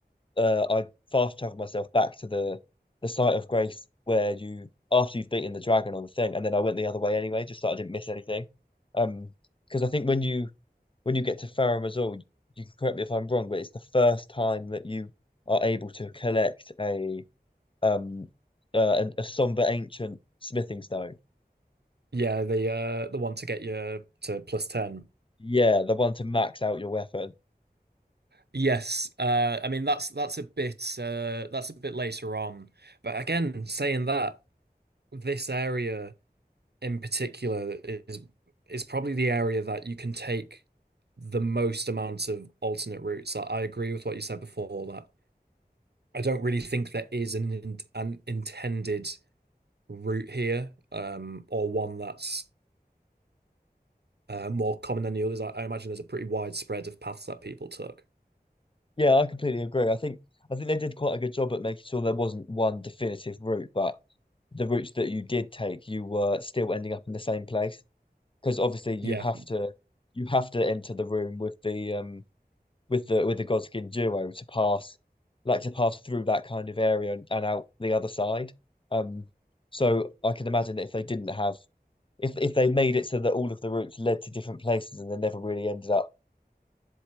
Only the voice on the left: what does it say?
uh I fast traveled myself back to the the site of grace where you after you've beaten the dragon on the thing, and then I went the other way anyway, just so I didn't miss anything. Um, because I think when you when you get to Fareham as well, you can correct me if I'm wrong, but it's the first time that you are able to collect a um uh, an, a somber ancient smithing stone.
Yeah, the one to max out your weapon.
Yeah, I completely agree. I think I think they did quite a good job at making sure there wasn't one definitive route, but the routes that you did take, you were still ending up in the same place because obviously you
have to you have to enter the room with the um with the with the Godskin duo to pass, like to pass through that kind of area and, and out the other side. Um, so I can imagine that if they didn't have if if they made it so that all of the routes led to different places and they never really ended up